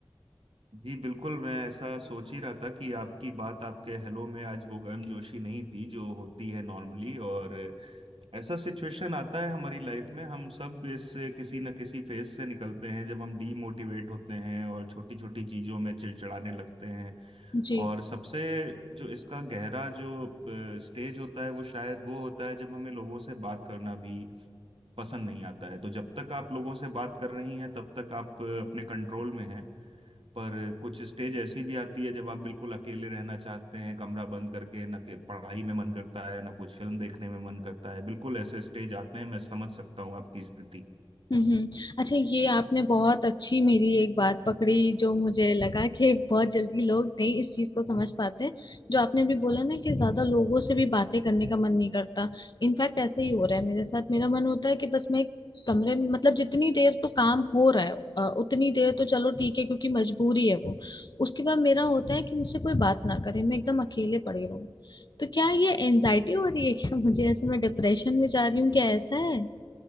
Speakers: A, on the right; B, on the left.
A: जी बिल्कुल मैं ऐसा सोच ही रहा था कि आपकी बात आपके हेलो में आज वो गर्मजोशी नहीं थी जो होती है नॉर्मली और ऐसा सिचुएशन आता है हमारी लाइफ में हम सब इस किसी न किसी फेज से निकलते हैं जब हम डीमोटिवेट होते हैं और छोटी छोटी चीजों में चिड़चिड़ाने लगते हैं
B: जी
A: और सबसे जो इसका गहरा जो स्टेज होता है वो शायद वो होता है जब हमें लोगों से बात करना भी पसंद नहीं आता है तो जब तक आप लोगों से बात कर रही हैं तब तक आप अ, अपने कंट्रोल में हैं पर कुछ स्टेज ऐसी भी आती है जब आप बिल्कुल अकेले रहना चाहते हैं कमरा बंद करके ना कि पढ़ाई में मन करता है ना कुछ फिल्म देखने में मन करता है बिल्कुल ऐसे स्टेज आते हैं मैं समझ सकता हूँ आपकी स्थिति
B: हम्म अच्छा ये आपने बहुत अच्छी मेरी एक बात पकड़ी जो मुझे लगा कि बहुत जल्दी लोग नहीं इस चीज को समझ पाते हैं। जो आपने भी बोला ना कि ज्यादा लोगों से भी बातें करने का मन नहीं करता इनफैक्ट ऐसा ही हो रहा है मेरे साथ मेरा मन होता है कि बस मैं एक कमरे में मतलब जितनी देर तो काम हो रहा है अ, उतनी देर तो चलो ठीक है क्योंकि मजबूरी है वो उसके बाद मेरा होता है कि मुझसे कोई बात ना करे मैं एकदम अकेले पड़ी रहूं तो क्या ये एनजाइटी हो रही है क्या <laughs> मुझे ऐसे मैं डिप्रेशन में जा रही हूँ क्या ऐसा है